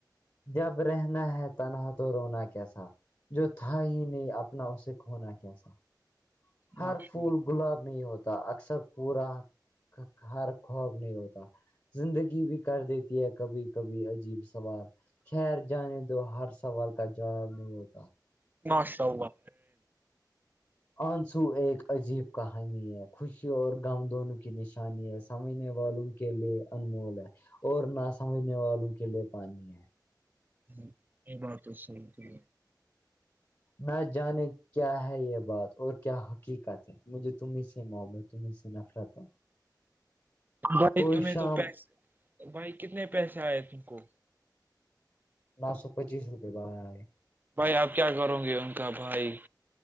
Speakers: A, on the left; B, on the right.
A: جب رہنا ہے تنہا تو رونا کیسا جو تھا ہی نہیں اپنا اسے کھونا کیسا ہر
B: ماشاء
A: پھول
B: اللہ
A: گلاب نہیں ہوتا اکثر پورا ہر خواب نہیں ہوتا زندگی بھی کر دیتی ہے کبھی کبھی عجیب سوال خیر جانے دو ہر سوال کا جواب نہیں ہوتا
B: ماشاء اللہ
A: آنسو ایک عجیب کہانی ہے خوشی اور غم دونوں کی نشانی ہے سمجھنے والوں کے لیے انمول ہے اور نہ سمجھنے والوں کے لیے پانی ہے
B: ہ یہ بات سو کی
A: نہ جانے کیا ہے یہ بات اور کیا حقیقت ہے مجھے تمیں سے محبت تمیں سے نفرت ہے
B: بھائی
A: کوئی
B: تمہیں
A: شام
B: تو پس بھائی کتنے پیسے آئے تم کو
A: نو سو پچیس روپے بھائی
B: بھائی آپ کیا کرو گے ان کا بھائی